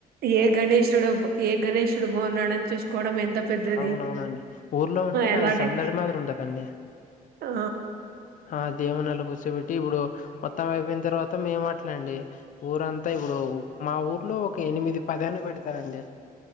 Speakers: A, on the right; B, on the left.
A: ఏ గణేషుడు ఏ గణేషుడు బాగున్నాడని చూసు కోడం ఎంత పెద్దది
B: అవునవునండి ఊర్లో ఉంటేనే
A: ఎలా
B: అది సందడి
A: డెక
B: మాదిరి ఉంటదండి
A: ఆ
B: ఆ దేవుని అల కూర్చోబెట్టి ఇప్పుడు మొత్తం అయిపోయిన తర్వాత మేము అట్లే అండి ఊరంతా ఇప్పుడు మా ఊర్లో ఒక ఎనిమిది పదాన్న పెడతారండి